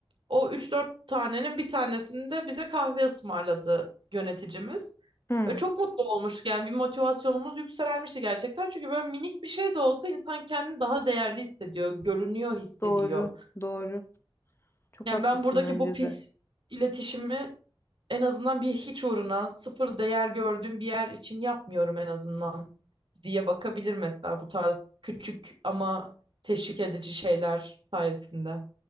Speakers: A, on the right (about 65°); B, on the left (about 25°).
A: O üç dört tanenin bir tanesini de bize kahve ısmarladı yöneticimiz.
B: Hı.
A: E, çok mutlu olmuştuk yani bir motivasyonumuz yükselmişti gerçekten. Çünkü böyle minik bir şey de olsa insan kendini daha değerli hissediyor, görünüyor hissediyor.
B: Doğru, doğru. Çok
A: Yani
B: haklısın
A: ben buradaki
B: bence
A: bu pis
B: de.
A: iletişimi en azından bir hiç uğruna sıfır değer gördüğüm bir yer için yapmıyorum en azından diye bakabilir mesela bu tarz küçük ama teşvik edici şeyler sayesinde.